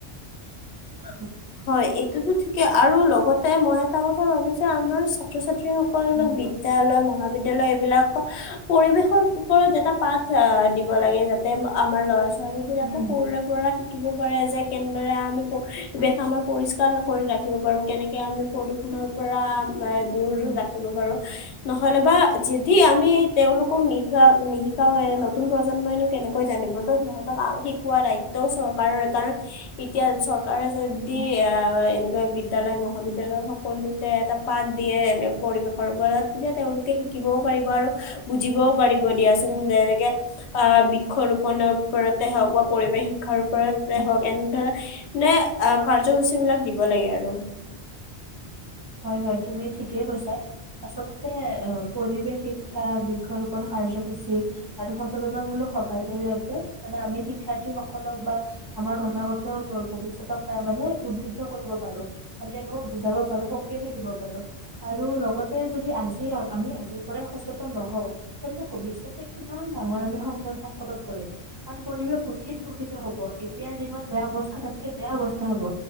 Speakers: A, on the right; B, on the left.
A: <inaudible>
B: হয় এইটোতো ঠিকেই আৰু লগতে মই এটা কথা ভাবিছোঁ আমাৰ ছাত্ৰ ছাত্ৰীস- সকলো
A: উম,
B: বিদ্যালয় মহাবিদ্যালয় এইবিলাক- পৰিৱেশৰ ওপৰত এটা পাঠ আহ দিব লাগে যাতে আমাৰ ল'ৰা- ছোৱালীবিলাকে
A: উম,
B: সৰুৰে পৰা শিকিব পাৰে যে কেনেদৰে আমি- পৰিৱেশ আমাৰ পৰিষ্কাৰ কৰি ৰাখিব পাৰো? কেনেকে আমি প্ৰদূষণৰ পৰা- দূৰ
A: উম,
B: ৰাখিব পাৰো? নহলে বা যদি আমি তেওঁওলোকক নিশিকা নিশিকাও এ নতুন প্ৰজন্মইনো- কেনেকৈ জানিব? তো সিহঁতক শিকোৱা দায়িত্বও চৰকাৰৰ। কাৰণ এতিয়া চৰ- কাৰে যদি
A: উম,
B: এ এনেকুৱা বি- বিদ্যালয় মহাবিদ্যালয় সকলোতে এটা পাঠ দিয়ে এনে পৰিৱেশৰ ওপৰত, তেতিয়া তেওঁলোকে হি- কিবও পাৰিব আৰু বুজিবও পাৰিব দিয়াচোন। যেনেকে- আহ বৃক্ষ ৰোপনৰ ওপতে হওক বা পৰিৱেশ শিক্ষাৰ- ওপৰতে
A: উম।
B: হওক এনেধ নে আহ কাৰ্যসূচী বিলাক দিব লাগে আৰু।
A: হয় হয় তুমি ঠিকেই কৈছে। আচলতে অ পৰিৱেশ শিক্ষা বৃক্ষৰোপন কাৰ্যসূচী- আৰু সচেতনামূলক সভাৰ জৰিয়তে, মানে আমি শিক্ষাৰ্থী সকলক বা- আমাৰ অনাগত ভৱিষ্যতক তাৰ মানে উদ্বুদ্ধ কৰিব পাৰো। মানে তেওঁলোকক বুজাব- মানে সকিয় দিব পাৰো। আৰু লগতে যদি আজি আমি আজিৰ পৰাই সচেতন নহওঁ- তেন্তে ভৱিষ্যতে কিমান ডাঙৰ আমি সংক সংকেটত কৰিম? কাৰণ পৰিৱেশ অধিক দূষিত হব। এতিয়া যিমান বেয়া অৱস্থা তাতকে বেয়া অৱস্থা হব।